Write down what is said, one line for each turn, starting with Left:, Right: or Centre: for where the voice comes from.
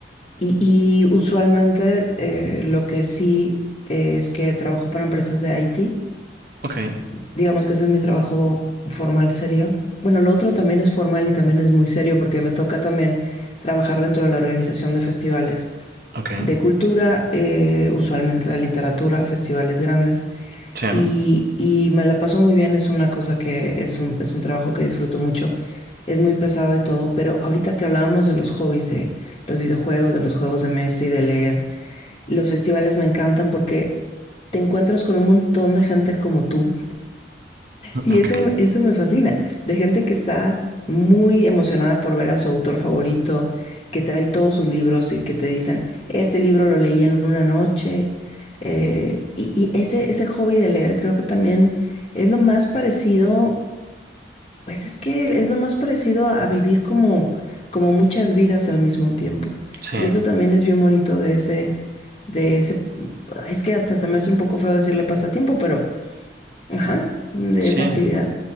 Left: Y, y usualmente eh, lo que sí eh, es que trabajo para empresas de IT.
Right: ok,
Left: Digamos que ese es mi trabajo formal serio. Bueno, lo otro también es formal y también es muy serio porque me toca también trabajar dentro de la organización de festivales
Right: ok,
Left: de cultura, eh, usualmente de literatura, festivales grandes.
Right: sí,
Left: Y, y me la paso muy bien, es una cosa que es un, es un trabajo que disfruto mucho. Es muy pesado y todo, pero ahorita que hablábamos de los hobbies, de los videojuegos, de los juegos de mesa y de leer, los festivales me encantan porque te encuentras con un montón de gente como tú, y
Right: ok,
Left: eso, me- eso me fascina, de gente que está muy emocionada por ver a su autor favorito, que trae todos sus libros y que te dicen, este libro lo leí en una noche. Eh, y y ese, ese hobby de leer creo que también es lo más parecido, pues es que es lo más parecido a, a vivir como, como muchas vidas al mismo tiempo.
Right: sí,
Left: Y eso también es bien bonito de ese, de ese, es que hasta se me hace un poco feo decirle pasatiempo, pero, ajá, de
Right: sí.
Left: esa actividad.